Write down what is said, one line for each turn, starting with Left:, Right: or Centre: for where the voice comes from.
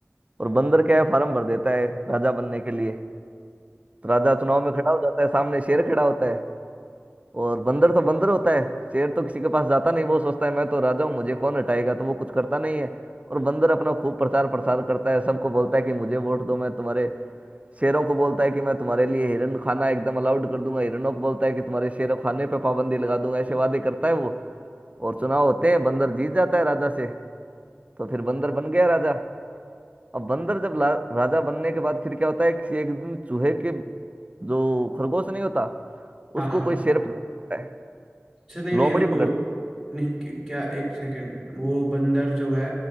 Right: और बंदर क्या है फार्म भर देता है राजा बनने के लिए तो राजा चुनाव में खड़ा हो जाता है सामने शेर खड़ा होता है और बंदर तो बंदर होता है शेर तो किसी के पास जाता नहीं वो सोचता है मैं तो राजा हूँ मुझे कौन हटाएगा तो वो कुछ करता नहीं है और बंदर अपना खूब प्रचार प्रसार करता है सबको बोलता है कि मुझे वोट दो मैं तुम्हारे शेरों को बोलता है कि मैं तुम्हारे लिए हिरण खाना एकदम अलाउड कर दूंगा हिरणों को बोलता है कि तुम्हारे शेरों खाने पर पाबंदी लगा दूंगा ऐसे वादे करता है वो और चुनाव होते हैं बंदर जीत जाता है राजा से तो फिर बंदर बन गया राजा अब बंदर जब ला- राजा बनने के बाद फिर क्या होता है कि एक दिन चूहे के जो खरगोश नहीं होता
Centre: हाँ
Right: उसको
Centre: हाँ हाँ
Right: कोई शेर पकड़ता है
Centre: अच्छा नहीं
Right: लोमड़ी
Centre: नहीं रुको
Right: पकड़ती
Centre: नहीं क- क्या एक सेकंड वो बंदर जो है